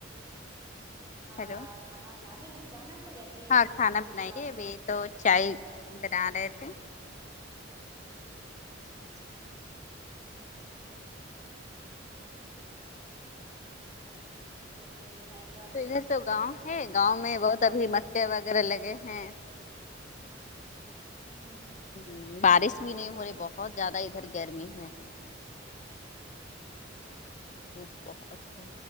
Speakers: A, on the right (about 20°); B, on the left (about 40°).
A: آ
B: ہیلو
A: کھانا بنانے ابھی جانا ہے یا پھر
B: ہاں کھانا
A: ابھی کچھ
B: بنائیے
A: اور
B: ابھی
A: کرنی
B: تو
A: ہے
B: چائے بنا رہے تھے
A: اچھا اچھا اوکے ابی چا
B: تو ادھر تو گاؤں ہے گاؤں میں بہت ابھی مچیا وغیرہ لگے ہیں
A: ہوں ہوں
B: ہوں بارش بھی نہیں ہو رہی بہت زیادہ ادھر گرمی ہے دھوپ بہت ہے